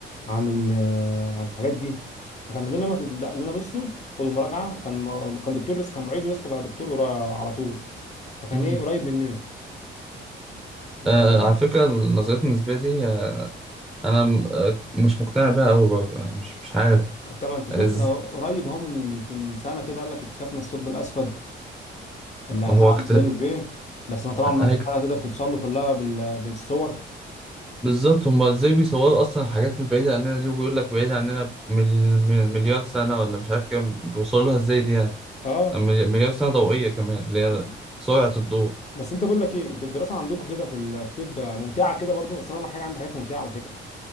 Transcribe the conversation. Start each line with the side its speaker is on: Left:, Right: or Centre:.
Left: عن ال... عن الحاجات دي فكان لنا ما تت- قال لنا بصوا خدوا مراجعه كان م... كان دكتور لسه كان معيد ولسه بقى دكتور قرا- على طول فكان
Centre: <laughs>
Left: ايه قريب مننا انت
Centre: آه،
Left: فاهم
Centre: على فكرة نظرية النسبية دي آه، أنا م- آه، مش مقتنع بيها أوي برضه يعني مش مش عارف
Left: انت ما انت شفت
Centre: إز
Left: أهو، قريب اهو من مش من سنه كده قال لك اكتشفنا الثقب الاسود اللي هيحقق
Centre: هو كت...
Left: ميزان في بس ما طبعا ما
Centre: هيك
Left: فيش حاجه هتقدر توصل له كلها بال... بالصور
Centre: بالظبط هما إزاي بيصوروا أصلا الحاجات البعيدة عننا دي وبيقول لك بعيدة عننا بمل... مليار سنة ولا مش عارف كام بيوصلوا لها إزاي دي يعني
Left: اه
Centre: ملي- مليار سنة ضوئية كمان اللي هي
Left: بس
Centre: سرعة الضوء
Left: بس انت بقول لك ايه انتوا الدراسه عندكم كده في ال- في طب ممتعه كده برضو بس انا ولا حاجه عندي حاجات ممتعه على فكره